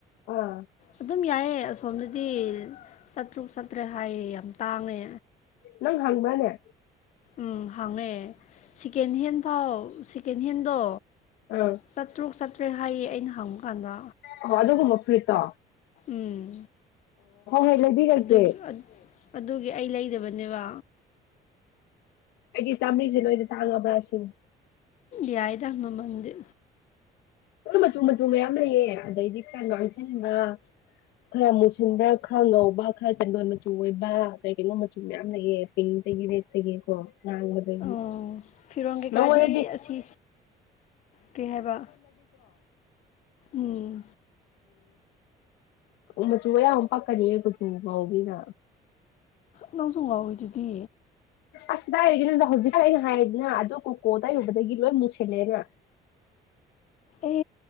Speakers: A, on the left; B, on the left.
A: ꯑ
B: ꯑꯗꯨꯝ ꯌꯥꯏꯌꯦ ꯑꯁꯣꯝꯗꯗꯤ ꯆꯥꯇ꯭ꯔꯨꯛ ꯆꯠꯇ꯭ꯔꯦꯠ ꯍꯥꯏꯌꯦ ꯌꯥꯝ ꯇꯥꯡꯉꯦ꯫
A: ꯅꯪ ꯍꯪꯕ꯭ꯔꯅꯦ꯫
B: ꯎꯝ ꯍꯥꯡꯉꯦ ꯁꯦꯀꯦꯟ ꯍꯦꯟꯐꯥꯎ ꯁꯦꯀꯦꯟ ꯍꯦꯟꯗꯣ
A: ꯑꯥ
B: ꯆꯥꯠꯇ꯭ꯔꯨꯛ ꯆꯥꯠꯇ꯭ꯔꯦ ꯍꯥꯏꯌꯦ ꯑꯩꯅ ꯍꯪꯕ ꯀꯥꯟꯗ
A: ꯑꯣ ꯑꯗꯨꯒꯨꯝꯕ ꯐ꯭ꯨꯔꯤꯠꯇꯣ
B: ꯎꯝ
A: ꯍꯣꯏ ꯂꯩꯕꯤꯔꯛꯀꯦ
B: ꯑꯗꯨ ꯑꯗꯨꯒꯤ ꯑꯩ ꯂꯩꯗꯕꯅꯦꯕ
A: ꯑꯩꯗꯤ ꯆꯝꯃ꯭ꯔꯤꯁꯦ ꯂꯣꯏꯅ ꯇꯥꯡꯉꯕ꯭ꯔꯥ ꯁꯤ
B: ꯌꯥꯏꯗꯃ ꯃꯗ
A: ꯍꯣꯏ ꯃꯆꯨ ꯃꯆꯨ ꯃꯌꯥꯝ ꯂꯩꯌꯦ ꯑꯗꯩꯗꯤ ꯈꯔ ꯉꯥꯡꯁꯤꯟꯕ ꯈꯔ ꯃꯨꯁꯤꯟꯕ꯭ꯔꯥ ꯈꯔ ꯉꯧꯕ ꯈꯔ ꯆꯦꯟꯗꯣꯟ ꯃꯆꯨ ꯑꯣꯏꯕ ꯀꯩ ꯀꯩꯅꯣ ꯃꯆꯨ ꯃꯌꯥꯝ ꯂꯩꯑ ꯄ ꯇꯒꯤꯗ ꯇꯦꯛꯀꯣ ꯅꯗꯗꯒꯤ
B: ꯑꯣ ꯐꯤꯔꯣꯟ ꯀꯩꯀꯥꯗꯤ
A: ꯅꯗꯤ
B: ꯑꯁꯤ ꯀꯔꯤ ꯍꯥꯏꯕ ꯎꯝ
A: ꯎꯝ ꯃꯆꯨ ꯑꯌꯥꯝ ꯄꯥꯛꯀꯅꯤꯌꯦ ꯀꯨꯆꯨ ꯉꯧꯃꯤꯅ꯫
B: ꯅꯪꯁꯨ ꯉꯧꯔꯤꯗꯨꯗꯤ
A: ꯑꯁ ꯀꯗꯥꯏꯗꯒꯤꯅꯣꯗ ꯍꯧꯖꯤꯛꯀꯥꯟ ꯑꯩꯅ ꯍꯥꯏꯔꯤꯗꯅ ꯑꯗꯨ ꯀꯣꯀꯣ ꯇꯩꯔꯨꯕꯗꯒꯤ ꯂꯣꯏꯅ ꯃꯨꯁꯤꯜꯂꯦꯅ
B: ꯑꯦ